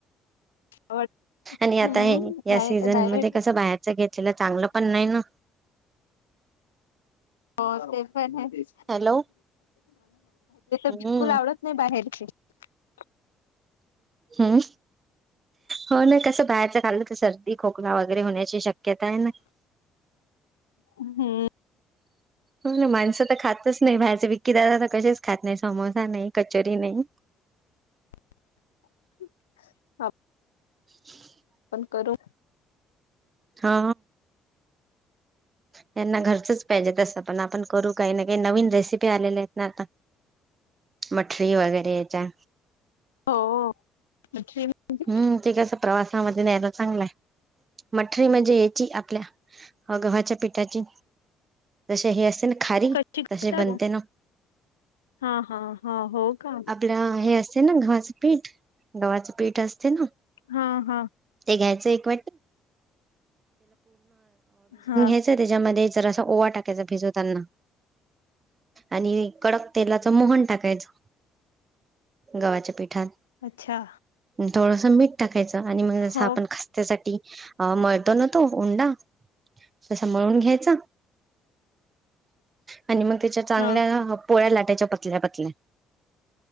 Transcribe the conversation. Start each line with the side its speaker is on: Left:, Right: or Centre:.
Left: आवड
Right: आणि आता
Left: हम्म
Right: हे या
Left: नाही
Right: सीझन
Left: नाही
Right: मध्ये कस बाहेरच घेत... त्याला चांगलं पण नाही ना..
Left: पणजे
Right: हॅलो हम्म
Left: बिलकुल आवडत नाही बाहेर.. <unintelligible>
Right: हम्म हो ना कस बाहेरच खाल्लं तर सर्दी खोकला वगैरे होण्या.. शक्यता आहे ना
Left: हम्म
Right: हो ना माणसं तर खातच नाही बाहेरचे विकी दादा तर कसेच खात नाही समोसा नाही कचोरी नाही
Left: <inaudible> हा
Right: <inaudible>
Left: करू
Right: हा त्यांना घरचच पाहिजे तसं पण आपण करू काही ना काही नवीन रेसिपी आलेल्या आहेत ना आता मठरी वगैरे याच्या
Left: हो भजी म्हणजे
Right: हम्म ते कसं प्रवासामध्ये न्यायला चांगलाय मठरी म्हणजे याची आपल्या गव्हाच्या पिठाची जसे हे असे ना खारी
Left: कशी करता
Right: तसे बनते
Left: तू?
Right: ना
Left: हा हा हा हो का
Right: आपलं हे असे ना घर पठ डवाची पिठ असते ना
Left: हा हम
Right: पूर् भ
Left: हा
Right: घ त्या जर अस ओवा टाकायचा भिजवताना आणि कडक तेलाच मोहन टाकायचं. गव्हाच्या पिठात
Left: अच्छा
Right: थोडसं मीठ टाकायचं आणि मग जसं
Left: हो
Right: आपण खस्त्यासाठी अ मळतो ना तो उंडा तसा मळून घ्यायचा आणि मग त्याच्या चांगल्या
Left: हा
Right: पोळ्या लाटेच्या पतल्या पतल्या